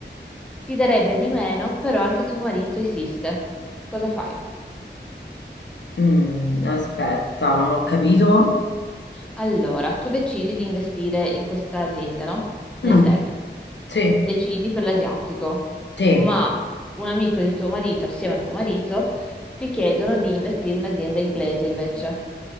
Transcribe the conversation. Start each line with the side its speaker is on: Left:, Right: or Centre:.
Centre: Ti darebbe di meno, però anche tuo marito insiste. Cosa fai?
Left: mm, aspetta, non ho capito.
Centre: Allora, tu decidi di investire in questa azienda, no? Nel
Left: Mm,
Centre: tech.
Left: sì,
Centre: Decidi per l'asiatico,
Left: sì,
Centre: ma un amico di tuo marito, assieme a tuo marito, ti chiedono di investire in un'azienda inglese invece,